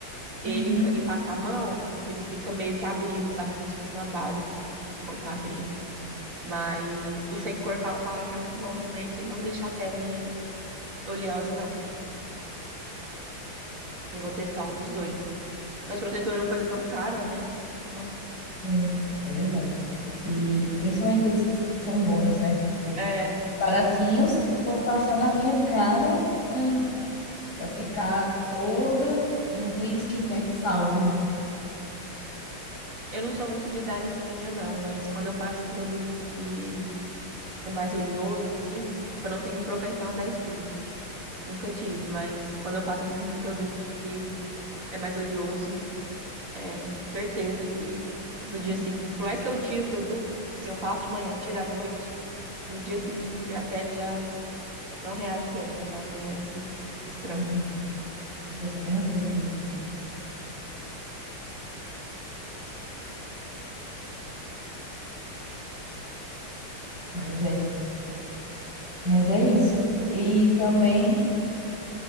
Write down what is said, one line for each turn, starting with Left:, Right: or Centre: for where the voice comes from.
Right: ele
Left: Uhum,
Right: e fica- e passa a mão, ele fica meio que abrindo, sabe? Como se fosse uma base, assim, que- quando tá abrindo. Mas o sem cor fala- falaram que é muito bom também, que ele não deixa a pele oleosa, não. Eu vou testar um dos dois. Mas protetor é uma coisa tão cara, né? Nossa.
Left: sim, é verdade. E principalmente esses que são bons, né? Tipo,
Right: É,
Left: baratinhos, se for passar na minha cara, hum, vai ficar toda. Não tem skincare que salve, né?
Right: eu não sou muito de dar espinha, não, mas quando eu passo um produto que é mais oleoso, assim, tipo, eu não tenho propensão a dar espinha. Nunca tive, mas quando eu passo um produto que é mais oleoso, é certeza que
Left: Uhum,
Right: no dia seguinte, por mais que eu tire o produto, tipo assim, eu passo de manhã e tiro à noite, no dia seguinte minha pele já não reage bem, ela já amanhece estranha.
Left: uhum. Acontece a mesma coisa comigo. Mas é, mas é isso. E também